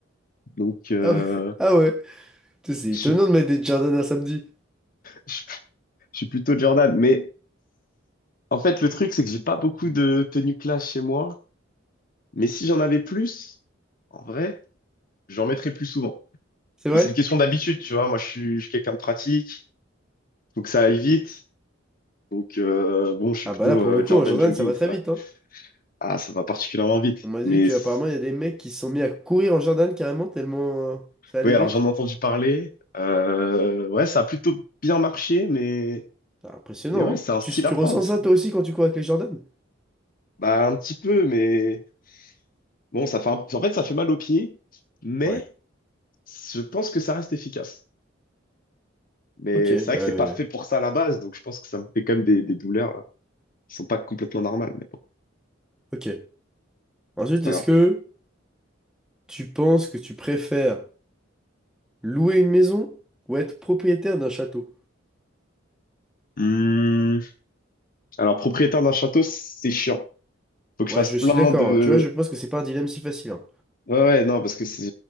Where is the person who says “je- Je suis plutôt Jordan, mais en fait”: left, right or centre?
Left